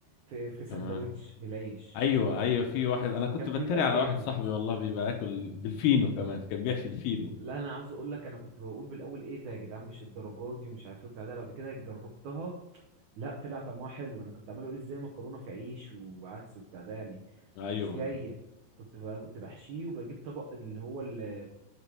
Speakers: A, on the right (about 80°); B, on the left (about 75°).
A: في في سندوتش
B: تمام
A: بالعيش
B: ايوه ايوه في واحد انا كنت
A: كان
B: بتريق
A: بيبقى جامد
B: على واحد صاحبي والله بيبقى ياكل بالفينو كمان كان بيحشي الفينو
A: لا انا عاوز اقول لك انا كنت بقول بالاول ايه ده يا جدعان مش الدرجات دي ومش عارف ايه وبتاع ده بعد كده جربتها لا طلع طعمها حلو انا كنت عمال اقول ازاي مكرونه في عيش وعدس وبتاع ده يعني
B: ايوه
A: مش جايه كنت ب- كنت بحشيه وبجيب طبق اللي هو ال-